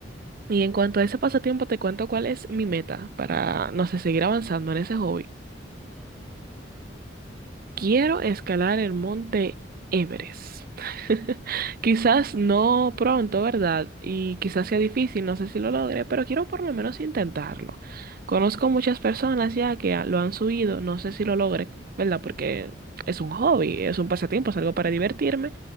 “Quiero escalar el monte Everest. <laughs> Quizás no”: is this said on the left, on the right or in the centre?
Right